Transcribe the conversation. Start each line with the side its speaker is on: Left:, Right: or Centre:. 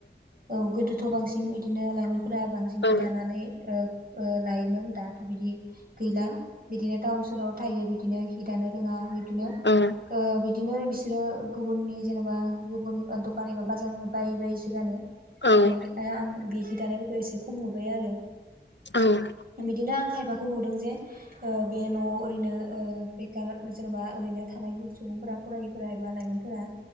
Right: औ गोदोथ' बांसिन बिं बिदिनो लाइमोनफोरा बांसिन
Left: औ
Right: हि दानानै ओ लायोमोन दाथ' बिदि गैला बिदिनो टाउन सहराव थायो बिदिनो हि दानो रोङा बि बिनो
Left: औ
Right: ओ बिदिनो बिसोरो गुबुननि जेनेबा गुबुन ओ दखान एबा बाजारनि बायै बायैसो गानो
Left: औ
Right: औइ आं बे हि दानायफोरखौ एसे ख' ख'म नुबाय आरो
Left: औ
Right: बिदिनो आं खायफाखौ नुदों जे ओ बे न'आव ओरैनो ओ बेखार जेनेबा ओरैनो थानाय सुब फोरा फरायैफ्रा एबा लाइमोनफोरा